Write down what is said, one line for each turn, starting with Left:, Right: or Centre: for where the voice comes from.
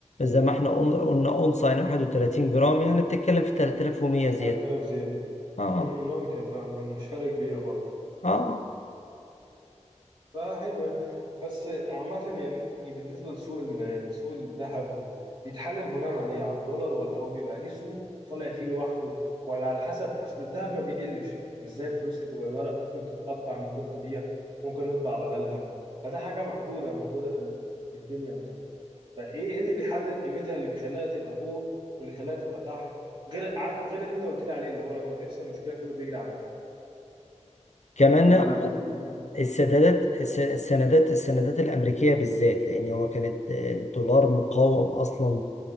Left: زي ما احنا قل- قلنا اونصه يعني 31 جرام يعني بتتكلم في 3100 زيادة
Right: 3000 زياده
Left: اه
Right: مم، ممكن فاهم مش فرق كبير برضه
Left: اه
Right: فحلوه بس عامه يعني بالنسبه لسوق ال- سوق الذهب وال... بيتحلل بناء عليه على الدولار ولا هو بيبقى ليه سوق طالع فيه لوحده ولا على حسب اصل الذهب ما بيقلش مش زي الفلوس اللي جوه الورق ممكن تتقطع ممكن تضيع ممكن نطبع بدلها فده حاجه محدوده موجوده في ال- في في الدنيا معانا فايه اللي بيحدد قيمتها اللي بيخليها تبقى فوق واللي يخليها تبقى تحت غير عك- غير اللي انت قلت لي عليه اللي هو لما بيحصل مشكله كله بيجري على الدهب
Left: كمان
Right: اه ولا مفيش غير دي
Left: السدادات الس- السندات السندات الامريكية بالذات لان هو كانت الدولار مقاوم اصلا